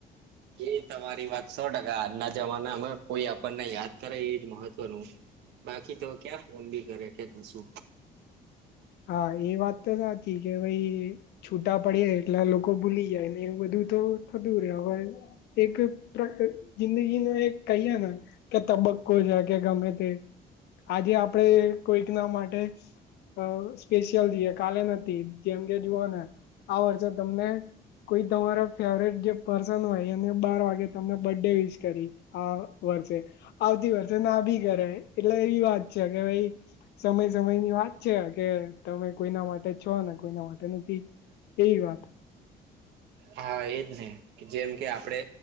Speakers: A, on the right; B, on the left.
A: એ તમારી વાત સો ટકા. આજના જમાનામાં કોઈ આપણને યાદ કરે એજ મહત્વનું. બાકી તો ક્યાં ફોન બી કરે કે કશું.
B: હા એ વાત તો સાચી કે ભાઈ છૂટા પડી એટલે લોકો ભૂલી જાય, ને એવું બધું તો થતું રહે હવે એક <unintelligible> જિંદગી નું એક કહ્યા ના કે તબક્કો છે કે ગમે તે, આજે આપડે કોઈક ના માટે અહ સ્પેશિયલ રઈએ, કાલે નથી. જેમ કે જુઓ ને આ વર્ષે તમને કોઈ તમારા ફેવરેટ જે પર્સન હોય એમને બાર વાગે તમને બર્થ ડે વિશ કરી આ વર્ષે, આવતી વર્ષે ના ભી કરે, એટલે એવી વાત છે કે ભઈ સમય-સમય ની વાત છે કે તમે કોઈના માટે છો, ને કોઈના માટે નથી એવી વાત.
A: હા એજ ને. કે જેમ કે આપડે